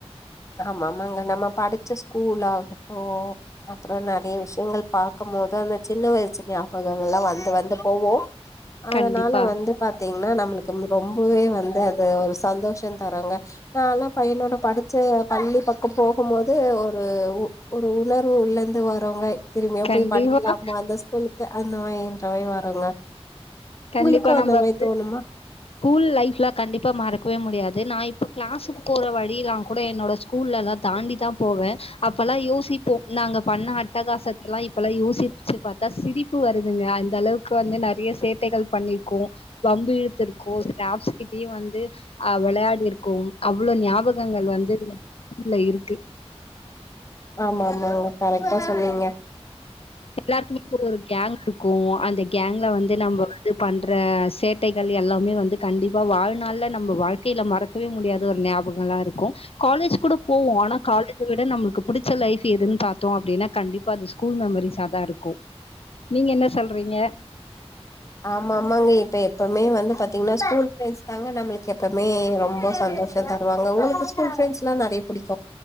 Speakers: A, on the left; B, on the left.
A: ஆமாமாங்க நம்ம படிச்ச ஸ்கூல் ஆகட்டு அப்புறோ நறைய விஷ்யங்கள் பாக்க மோது அந்த சின்ன வயசு நியாபகோ ல்லா வந்து வந்து போவு அதனால
B: கண்டிப்பா
A: வந்து பா த்தீங்ன்னா நம்மளுக்கு ம் ரொம்பவே வந்து அது ஒரு சந்தோஷோ தருங்க நால்லா பையனோட படு ச்ச பள்ளி பக்கம் போகும்மோது ஒரு ஒரு உணர்வு உள்ளந்து வருங்கய் திரும்மியு
B: கண்டிப்பா
A: போய் படிக்லாமா அந்த ஸ்கூலுக்கு அந்த மாரின்றமாய் வருங்க
B: கண்டிப்பா
A: உங்களுக்கு
B: நம்ப
A: அந்த மாரி
B: வந்து
A: தோணுமா
B: கூல் லைஃப்லா கண்டிப்பா மறக்கவே முடியா து நா இப்ப கிளாஸுக்கு போற வழியில்லாங் கூட என்னோட ஸ்கூல்லெல்லா தாண்டி தா போவே அப்பெல்லா யோசி ப்போ நாங்க பண்ண அட்டகாசத்தலா இப்பலா யோசிச்சு பாத்தா சிரிப்பு வருதுங்க அந்த அளவுக்கு வ நறைய சே ட்டைகள் பண்ணிர்க்கோ வம்பு இழுத்துருக்கோ ஸ்டாஃப்ஸ் கிட்டியு வந்து அ வெளையாடிருக்கோம் அவ்ளோ ஞாபகங்கள் வந்து <inaudible> இருக்கு
A: ஆமா ஆமாங்க கரெக்டா சொன்னீங்க
B: எல்லாருக்குமே ஒரு ஒரு கேங் இருக்கு அந்த கேங்ல வந்து நம்ப வந்து பண் ற சேட்டைகள் எல்லாமே வந்து கண்டிப்பா வாழ்நாள்ல நம்ப வாழ்க்கைல மறக்கவே முடியாத ஒரு ஞாபக ங்ளா இருக்கு காலேஜ் கூட போவோ ஆனா காலேஜ விட நம்ளுக்கு புடிச்ச லைஃப் எதுன் பாத்தோ அப்டினா கண்டி ப்பா அது ஸ்கூல் மெமரிஸ் தா இருக்கு நீங்க என்ன சொல்றீங்க
A: ஆமா ஆமாங்க இப்ப எப்பமே வந்து பாத்தீங்ன்னா ஸ்கூல் ஃப்ரெண்ட்ஸ் தாங்க நம்மளுக்கு எப்பமே ரொம்ப சந்தோஷந் தருவாங்க உங்குளுக்கு கூல் ஃப்ரெண்ஸ்ல்லா நறைய புடிக்